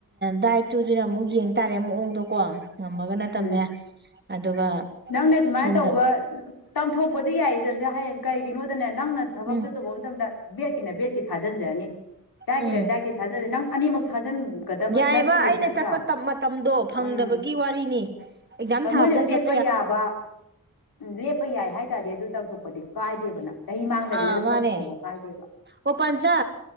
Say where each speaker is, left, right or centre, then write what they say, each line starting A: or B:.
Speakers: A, on the right (about 30°); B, on the left (about 85°).
A: ꯗꯥꯏꯠꯇꯨꯗꯨꯅ ꯑꯃꯨꯛ ꯌꯦꯡ ꯇꯥꯔꯦ ꯃꯑꯣꯡꯗꯨꯀꯣ ꯉꯝꯃꯒꯅ ꯇꯝꯃꯦ
B: ꯎꯝ
A: ꯑꯗꯨꯒ
B: ꯅꯪꯅ ꯁꯨꯃꯥꯏꯅ
A: ꯁꯣꯝꯗ
B: ꯇꯧꯕ ꯇꯝꯊꯣꯛꯄꯗꯤ ꯌꯥꯏ ꯍꯌꯦꯡ ꯀꯩꯒꯤꯅꯣꯗꯅꯦ ꯅꯪꯅ ꯊꯕꯛꯇꯣ
A: ꯎꯝ
B: ꯇꯧꯕ ꯃꯇꯝꯗ ꯕꯦꯠ ꯕꯦꯠꯀꯤ ꯊꯥꯖꯤꯟꯖꯔꯅꯤ ꯗꯥꯏꯠꯀꯤꯗ
A: ꯎꯝ
B: ꯗꯥꯏꯠꯀꯤ ꯊꯥꯖꯤꯟꯅꯤ ꯅꯪ ꯑꯅꯤꯃꯛ ꯊꯥꯖꯤꯟꯒꯗꯕ
A: ꯌꯥꯏꯑꯕ
B: ꯅꯠꯇꯦꯕ
A: ꯑꯩꯅ
B: ꯅꯠꯇ꯭ꯔꯥ
A: ꯆꯠꯄ ꯃꯇꯝꯗꯣ ꯐꯪꯗꯕꯒꯤ
B: ꯎꯝ
A: ꯋꯥꯔꯤꯅꯤ ꯑꯦꯛꯖꯥꯝ
B: ꯍꯣꯏ
A: ꯊꯥꯕꯗꯪ
B: ꯃꯣꯏꯅ ꯂꯦꯞꯄ
A: ꯆꯠ
B: ꯌꯥꯕ ꯎ ꯂꯦꯞꯄ ꯌꯥꯏ ꯍꯥꯏꯇꯥꯔꯦ ꯑꯗꯨ ꯇꯧꯊꯣꯛꯄꯗꯤ ꯀꯥꯏꯗꯦꯕ ꯅꯪ ꯆꯍꯤ ꯃꯥꯡꯗꯕꯤꯗ
A: ꯑ
B: ꯑꯗꯨꯝ
A: ꯃꯥꯅꯦ
B: ꯇꯝꯊꯣꯛꯄ ꯀꯥꯏꯗꯦꯕ
A: ꯑꯣ ꯄꯟꯆꯥ